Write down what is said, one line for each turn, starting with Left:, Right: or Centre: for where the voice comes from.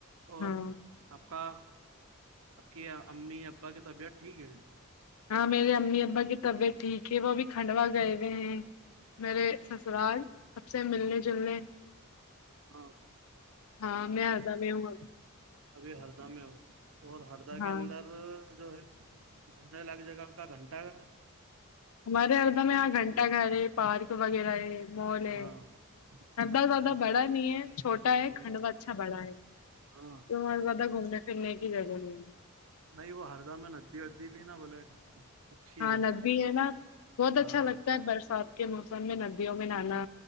Right: اور
Left: ہاں
Right: آپ کا آپ کی امی ابا کی طبیعت ٹھیک ہے
Left: ہاں میرے امی ابا کی طبیعت ٹھیک ہے وہ ابھی کھنڈوا گئے ہوئے ہیں میرے سسرال سب سے ملنے جلنے
Right: ہاں
Left: ہاں میں ادا میں ہ آ
Right: ابھی ہردہ میں ہو اور ہردہ
Left: ہاں
Right: کے اندر جو ہے گھومنے لگ جگہ کا گھنٹہ کا
Left: ہمارے ہردہ میں یہاں گھنٹہ گھر ہے پارک وغیرہ ہے مول
Right: ہاں
Left: ہے ادا
Right: اچھا
Left: زیادہ بڑا نہیں ہے چھوٹا ہے
Right: ہاں
Left: کھنڈوا اچھا بڑا ہے
Right: ہاں
Left: تمہ اور زیادہ گھومنے پھرنے کی جگہ نہیں ہے
Right: نہیں وہ ہردہ میں ندی ودی بھی نہا بولے اچھی
Left: ہاں
Right: ہے
Left: ندی ہے نا بہت
Right: ہاں
Left: اچھا لگتا ہے برسات کے موسم میں ندیوں میں نہانا